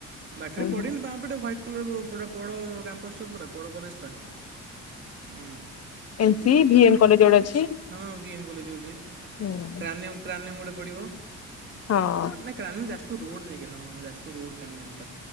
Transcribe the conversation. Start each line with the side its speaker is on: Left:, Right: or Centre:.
Right: ବାଟରେ ପଡ଼େନି
Left: ହୁଁ
Right: ବାଁପଟେ ହ୍ୱାଇଟ୍ ସ୍କୁଲ ପୁରା ବଡ଼ କ୍ୟାମ୍ପସ୍ଟା ପୁରା ବଡ଼ କଲେଜଟା ଉଁ
Left: ଏ ମ ସି ଭି ଏନ କଲେଜଗୋଟେ ଅଛି।
Right: ହଁ ବିଏମ କଲେଜ ଗୁଟେ
Left: ହୁଁ
Right: କ୍ରାନେମ କ୍ରାନଏମ ଗୋଟେ ପଡିବ।
Left: ହଁ
Right: ନା କ୍ରାନୀ ଯାଜପୁର ରୋଡ ଯାଇକିନା ହଁ ହଁ ଯାଜପୁର ରୋଡ଼ କାରନିଅନ ଟା।